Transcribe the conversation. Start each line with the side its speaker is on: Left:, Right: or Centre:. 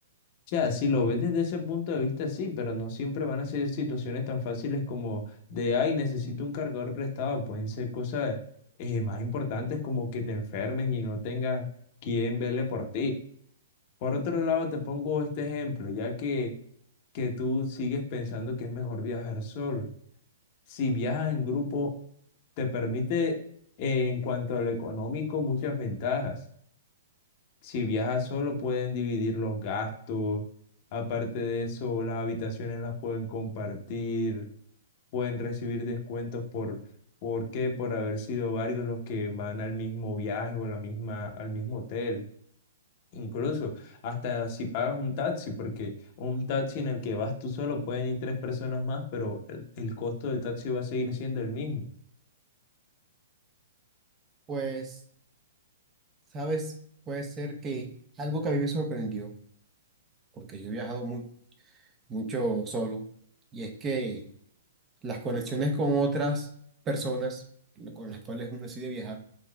Left: ya, si lo ves desde ese punto de vista, sí, pero no siempre van a ser situaciones tan fáciles como de, ay, necesito un cargador prestado. Pueden ser cosas eh, más importantes como que te enfermes y no tengas quien vele por ti. Por otro lado, te pongo este ejemplo, ya que, que tú sigues pensando que es mejor viajar solo. Si viajas en grupo, te permite, eh, en cuanto a lo económico, muchas ventajas. Si viajas solo, pueden dividir los gastos. Aparte de eso, las habitaciones las pueden compartir. Pueden recibir descuentos por, ¿por qué? Por haber sido varios los que van al mismo viaje o la misma, al mismo hotel. Incluso hasta si pagas un taxi, porque un taxi en el que vas tú solo pueden ir tres personas más, pero el, el costo del taxi va a seguir siendo el mismo.
Right: Pues, sabes, puede ser que algo que a mí me sorprendió, porque yo he viajado mu- mucho solo, y es que las conexiones con otras personas con las cuales uno decide viajar